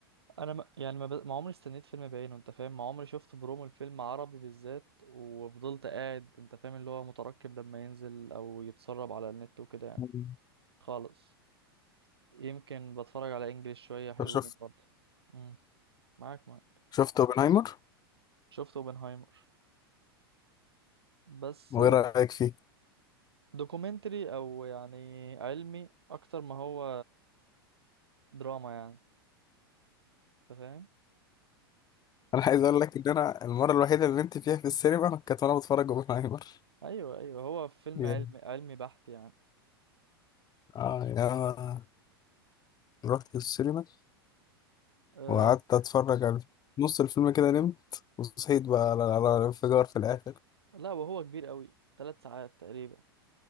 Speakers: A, on the right; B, on the left.
A: انا ما يعني ما, ب... ما عمري استنيت فيلم بعينه انت فاهم ما عمري شفت برومو الفيلم عربي بالذات وفضلت قاعد انت فاهم اللي هو مترقب لما ينزل او يتسرب على النت وكده يعني
B: مم.
A: خالص يمكن بتفرج على انجليش شوية حلوين
B: طب شفت
A: برضه امم معاك معاك
B: شفت اوبنهايمر
A: شفت اوبنهايمر بس
B: وايه رأيك فيه
A: دوكيومنتري او يعني علمي اكتر ما هو دراما يعني انت فاهم
B: انا عايز اقول لك ان انا المرة الوحيدة اللي نمت فيها في السينما كانت وانا بتفرج اوبنهايمر
A: ايوه ايوه هو فيلم
B: يعني
A: علمي علمي بحت يعني
B: اه يعني انا رحت السينما
A: أه
B: وقعدت اتفرج على نص الفيلم كده نمت وصحيت بقى على على الانفجار في الاخر
A: لا وهو كبير قوي ثلاث ساعات تقريبا